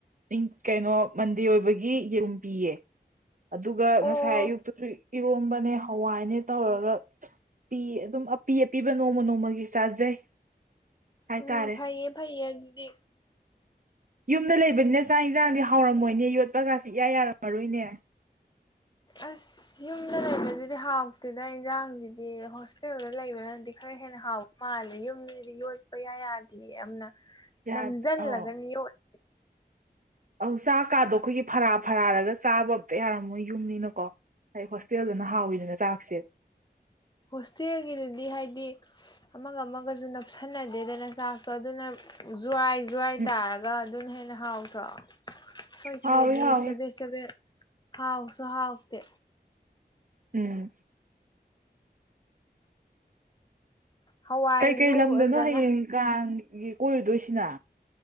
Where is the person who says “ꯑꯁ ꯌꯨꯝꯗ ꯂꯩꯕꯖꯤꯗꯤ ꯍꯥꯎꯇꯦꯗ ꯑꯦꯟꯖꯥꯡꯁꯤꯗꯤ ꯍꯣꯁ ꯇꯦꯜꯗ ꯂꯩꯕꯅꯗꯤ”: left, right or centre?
Left